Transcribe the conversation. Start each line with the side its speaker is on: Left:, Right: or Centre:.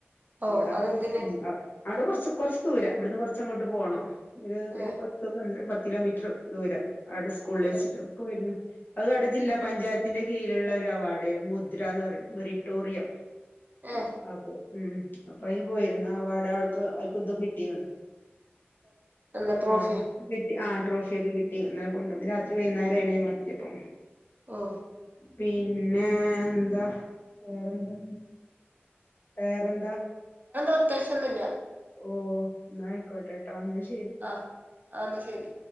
Left: അപ്പവിട
Right: ഓഹ് അതെന്തിന്
Left: <unintelligible> അവിടെ കൊറച്ച് കൊറച്ച് ദൂരം ഇവിടുന്ന് കൊറച്ചങ്ങോട്ട് പോണം. ഒര് ഒരു
Right: ഏഹ്
Left: പത്ത് പന്ത്ര പ ത്ത് കിലോമീറ്ററ് ദൂരം. അവിടെ സ്കൂളില് വെച്ചിട്ടാ
Right: ഏഹ്
Left: പോയിരുന്നു. അത് അവിടെ ജില്ലാ പഞ്ചായത്തിന്റെ കീഴിലുള്ള ഒരു അവാർഡാരുന്നു മുദ്ര എന്ന് പറയും ബെറിട്ടോറിയം.
Right: ഏഹ് ഏഹ്
Left: ആപ്പ് ഉം അപ്പൊ അയിന് പോയിരുന്നു അവാഡാണ് <unintelligible> കിട്ടിണത്
Right: എന്നിട്ട് ട്രോഫിയോ
Left: ആഹ് വ്യക്തി ആ ട്രോഫിയൊക്കെ കി ഇന്നലെ കൊണ്ടന്ന് രാത്രി വൈന്നേരായിണ് ഞങ്ങളെത്തിയപ്പം
Right: ഓ
Left: പിന്നെ എന്താ വേറെന്താ വേറെന്താ?
Right: അത്യാവശ്യം ഒന്നുല്ല
Left: ഓ ന്നാ ആയിക്കോട്ടെട്ടോന്ന് ഷ്
Right: ആ അഹ് ന്നാ ശരി